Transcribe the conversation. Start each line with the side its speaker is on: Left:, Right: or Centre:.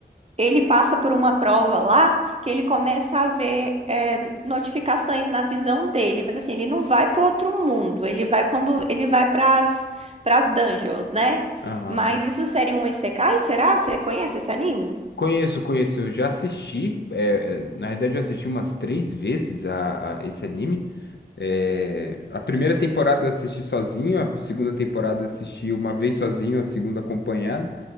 Right: Ele passa por uma prova lá que ele começa a ver é, notificações na visão dele, mas assim, ele não vai para outro mundo, ele vai quando ele vai para as para as dungeons, né?
Left: Aham.
Right: Mas isso seria um isekai, será? Você conhece esse anime?
Left: Conheço, conheço. Eu já assisti. é, é, na verdade, eu assisti umas três vezes a, a esse anime. É, a primeira temporada eu assisti sozinho, a segunda temporada eu assisti uma vez sozinho, a segunda acompanhado.